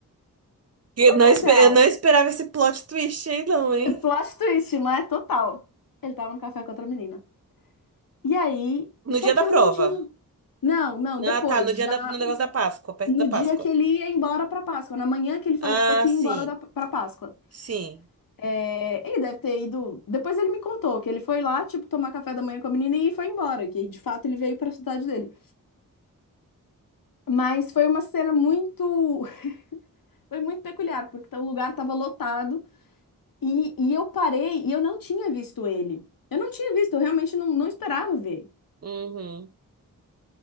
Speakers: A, on the right (about 45°); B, on the left (about 75°).
A: Que
B: Só
A: não,
B: que
A: espe-
B: até a-
A: eu não esperava esse plot twist aí, não, hein?
B: é plot twist, não é? Total. Ele tava no café com outra menina. E aí, só
A: No dia
B: que
A: da
B: eu
A: prova.
B: não tinha. Não, não, depois,
A: Ah, tá, no dia
B: já.
A: da, no negócio da Páscoa, perto
B: no
A: da Páscoa.
B: dia que ele ia embora para Páscoa, na manhã que ele falou
A: Ah,
B: que ia
A: sim,
B: embora da, para Páscoa.
A: sim.
B: É, ele deve ter ido. Depois ele me contou que ele foi lá, tipo, tomar café da manhã com a menina e foi embora, que de fato ele veio para a cidade dele. Mas foi uma cena muito. <laughs> Foi muito peculiar, porque o lugar estava lotado e, e eu parei e eu não tinha visto ele. Eu não tinha visto, eu realmente não, não esperava ver.
A: Uhum,